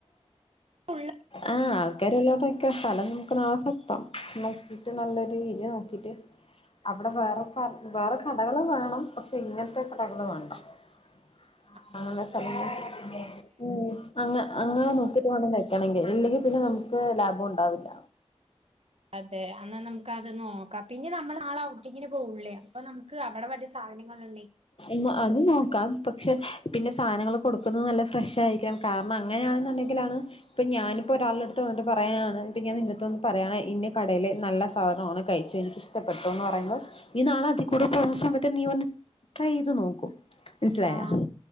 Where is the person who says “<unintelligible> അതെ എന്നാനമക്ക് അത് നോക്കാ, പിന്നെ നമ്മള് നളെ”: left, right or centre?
Right